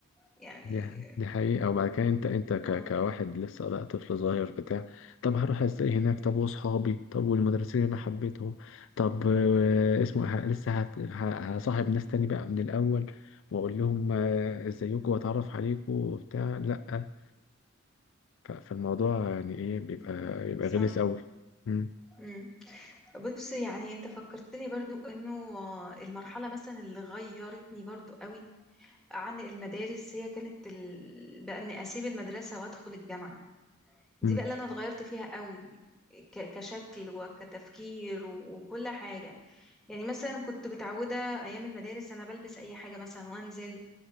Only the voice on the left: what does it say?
دي دي حقيقة وبعد كده انت انت ك...
كواحد لسه بقى طفل صغير بتاع طب هروح ازاي هناك طب واصحابي طب والمدرسين اللي انا حبيتهم طب آه، اسمه ه... لسه هت... ه... هصاحب ناس تاني بقى من الاول واقول لهم آه، ازيكم واتعرف عليكم وبتاع لا ف- فالموضوع يعني ايه بيبقى يبقى
غلس قوي مم.
مم.